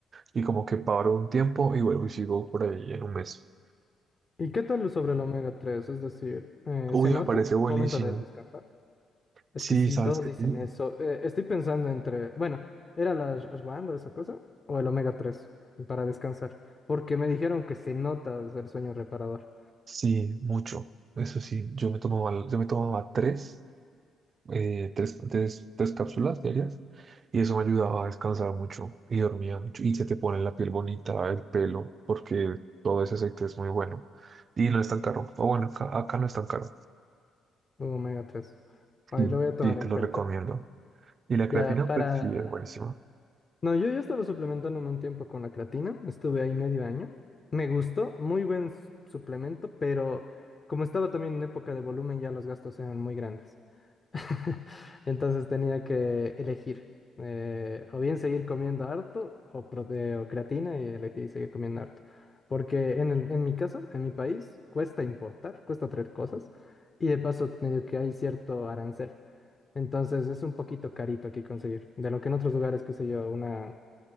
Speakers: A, on the right; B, on the left.
A: Y como que paro un tiempo y vuelvo y sigo por ahí en un mes.
B: ¿Y qué tal sobre el omega tres Es decir, eh,
A: Uy,
B: ¿se nota
A: me parece buenísimo.
B: al momento de descansar? Es
A: Sí,
B: que sí,
A: sabes
B: todos
A: que
B: dicen
A: sí,
B: eso. Eh, estoy pensando entre, bueno, ¿era la ash- ashwagandha o esa cosa? O el omega 3 para descansar. Porque me dijeron que se nota, o sea, el sueño reparador.
A: sí, mucho. Eso sí, yo me tomaba, yo me tomaba tres, eh, tres, tres, tres cápsulas diarias y eso me ayudaba a descansar mucho y dormía mucho. Y se te pone la piel bonita, el pelo, porque todo ese aceite es muy bueno y no es tan caro. O bueno, acá, acá no es tan caro.
B: Omega tres Ahí
A: Sí,
B: lo voy a tomar
A: sí, te
B: en
A: lo
B: cuenta.
A: recomiendo. Y la creatina,
B: Ya, para...
A: pues sí, es buenísima.
B: No, yo ya estaba suplementándome un tiempo con la creatina. Estuve ahí medio año. Me gustó, muy buen s- suplemento, pero como estaba también en época de volumen, ya los gastos eran muy grandes. <laughs> Entonces tenía que elegir eh, o bien seguir comiendo harto o, prote- o creatina y elegí seguir comiendo harto. Porque en, el- en mi caso, en mi país, cuesta importar, cuesta traer cosas y de paso medio que hay cierto arancel. Entonces es un poquito carito aquí conseguir. De lo que en otros lugares, qué sé yo, una,